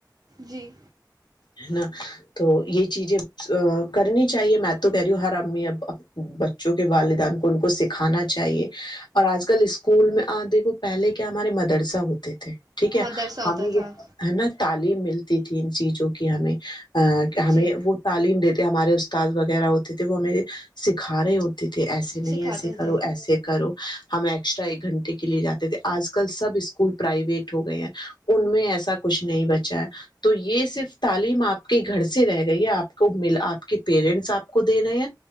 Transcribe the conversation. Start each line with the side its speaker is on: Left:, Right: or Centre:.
Right: جی
Left: ہے نا تو یہ چیزیں کرنی چاہیے میں تو کہہ رہی ہوں ہر امی اب بچوں کے والدین کو ان کو سکھانا چاہیے اور آج کل اسکول میں آ دیکھو پہلے کیا ہمارے مدرسہ ہوتے تھے ٹھیک ہے
Right: مدرسہ ہوتا
Left: ہمیں یہ
Right: تھا
Left: ہے نا تعلیم ملتی تھی ان چیزوں کی ہمیں
Right: جی
Left: ہمیں وہ تعلیم دیتے ہمارے استاد وغیرہ ہوتے تھے وہ ہمیں سکھا رہے ہوتے تھے ایسے نہیں
Right: سکھاتے
Left: ایسے کرو
Right: تھے
Left: ایسے کرو ہم ایکسٹرا ایک گھنٹے کے لیے جاتے تھے آج کل سب اسکول پرائیویٹ ہو گئے ہیں ان میں ایسا کچھ نہیں بچا ہے تو یہ صرف تعلیم آپ کے گھر سے رہ گئی ہے آپ کو م آپ کے پیرنٹس آپ کو دے رہے ہیں